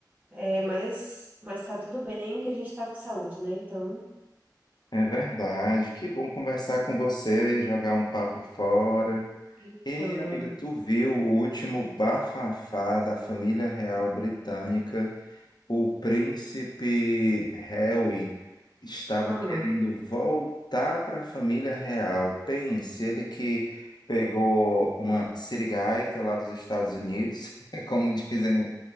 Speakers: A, on the right; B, on the left.
A: é, mas, mas tá tudo bem que a gente tá com saúde, né? Então,
B: É verdade. Que bom conversar com você, jogar um papo fora.
A: então,
B: Ei, amiga, tu viu o último bafafá da família real britânica? O príncipe Harry estava
A: ah,
B: querendo voltar para a família real. Pense, ele que pegou uma sirigaita lá dos Estados Unidos, <laughs> como dizem